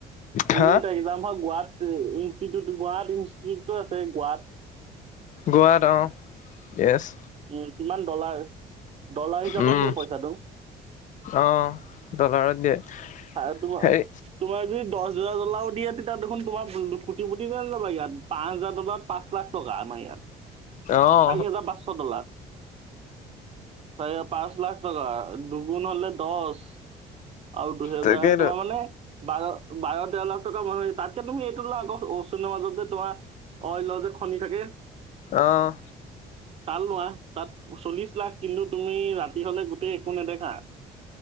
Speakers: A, on the left (about 50°); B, on the right (about 35°).
A: হা
B: পুনেত একজাম হয়, গোৱাত ইনষ্টিউত গোৱাত ইনষ্টিউটো আছে গোৱাত।
A: গোৱাৰাৰ অ', এছ
B: উম, কিমান ডলাৰ ডলাৰ হিচাপত
A: উম,
B: দিয়ে পইচাটো।
A: অ', ডলাৰত দিয়ে
B: <unintelligible>
A: হেৰি
B: তোমাৰ যদি দচ হাজাৰ ডলাৰো দিয়ে, তেতিয়া দেখোন তোমাৰ কোটি পটি যাব ইয়াত, পাঁচ হাজাৰ ডলাৰ পাঁচ লাখ টকা। আমা ইয়াত,
A: অ',
B: চাৰি হাজাৰ পাঁচশ ডলাৰ, চাৰি হাজাৰ পাঁচ পাঁচ লাখ টকা, দুগুণ হ'লে দচ আৰু দুহেজাৰ
A: তাকেইতো
B: তোমাৰ মানে বাৰ বাৰ, তেৰ লাখ টকা মানুহ তাতকে তুমি এইটো লা আকৌ <unintelligible> মাজত যে, তোমাৰ অইলৰ যে, খনি থাকে।
A: অ',
B: তাল লোৱা তাত চল্লিশ লাখ কিন্তু তুমি ৰাতি হ'লে গোটেই একো নেদেখা?